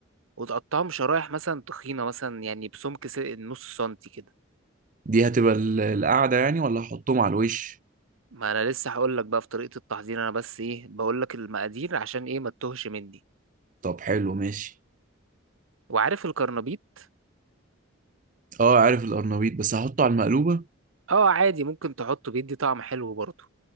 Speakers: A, on the right; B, on the right.
A: وتقطعهم شرايح مثلا تخينة مثلا يعني بسمك س- نص سنتي كده
B: دي هتبقى ال- القعدة يعني ولا هحطهم على الوش
A: ما انا لسه هقول لك بقى في طريقة التحضير انا بس ايه بقول لك المقادير عشان ايه ما تتوهش مني
B: طب حلو ماشي
A: وعارف الكرنبيط
B: اه عارف القرنبيط بس هحطه على المقلوبة
A: اه عادي ممكن تحطه بيدي طعم حلو برضه